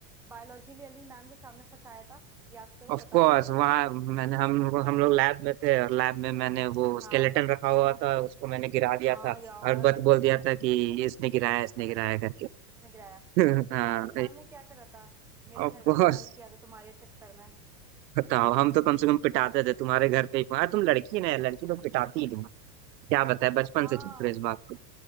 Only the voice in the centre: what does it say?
बायोलॉजी अली मैम के सामने फंसाया था याद करो
बताओ
मुझे
हाँ
हाँ
यार
उसने गिराया
फिर
याद है मैम ने क्या करा था मेरे
घर पे
फोन किया था तुम्हारे चक्कर में
हाँ